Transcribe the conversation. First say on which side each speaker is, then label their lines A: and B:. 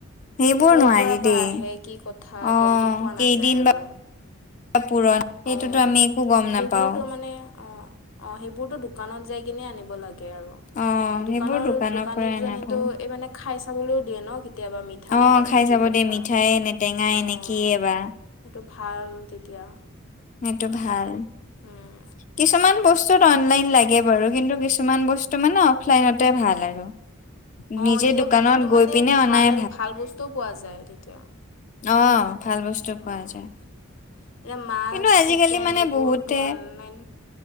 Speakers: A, on the left; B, on the left.
A: সেইবোৰ
B: ক'ৰ
A: নোৱাৰি
B: পৰা বা
A: দেই
B: আহে কি কথা
A: অ
B: গমটো পোৱা
A: কেইদিন
B: নাযায় আৰু।
A: বা পুৰণ সেইটোতো
B: অ
A: আমি একো গম
B: সেইবোৰতো
A: নাপাও
B: মানে অ অঁ সেইবোৰতো দোকানত যাই কিনে আনিব লাগে আৰু।
A: অ
B: দোকানৰ
A: সেইবোৰ
B: দোকানী
A: পৰাই অনা
B: জনিতো
A: ভাল
B: এই মানে খাই চাবলৈও দিয়ে ন কেতিয়াবা মি থানে
A: অ
B: টেঙা
A: খাই
B: কি
A: চাব
B: কথা?
A: দেই মিঠাই নে টেঙাই
B: অঁ
A: নে কিয়ে বা
B: সেইটো ভাল তেতিয়া।
A: সেইটো ভাল,
B: উম।
A: কিছুমান বস্তুত অনলাইন লাগে বাৰু কিন্তু কিছুমান বস ত মানে অফলাইনতে ভাল আৰু।
B: অঁ
A: নিজে
B: তেতিয়া
A: দোকানত
B: বস্তুটো
A: গৈ
B: মানে
A: পিনে
B: ভাল
A: অনাই
B: ভাল বস্তুও পোৱা যায় তেতিয়া।
A: অ ভাল বস্তু
B: অ'।
A: পোৱা যায়।
B: এতিয়া মাছ
A: কিন্তু আজিকালি
B: চিকেন
A: মানে
B: এইবোৰতো
A: বহুতে
B: অনলাইন